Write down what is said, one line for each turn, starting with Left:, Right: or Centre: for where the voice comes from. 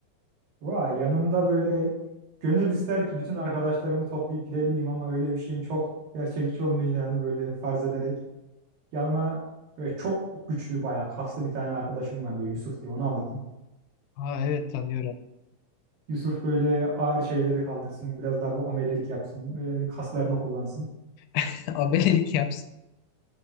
Right: vay, yanımda böyle gönül ister ki bütün arkadaşlarımı toplayıp gidebileyim ama öyle bir şeyin çok gerçekçi olmayacağını böyle farz ederek yanıma böyle çok güçlü bayağı kaslı bir tane arkadaşım var böyle Yusuf diye onu alırdım.
Left: Aa evet tanıyorum.
Right: Yusuf böyle ağır şeyleri kaldırsın biraz daha bir amelelik yapsın böyle kaslarını kullansın.
Left: <laughs> Abelik yapsın.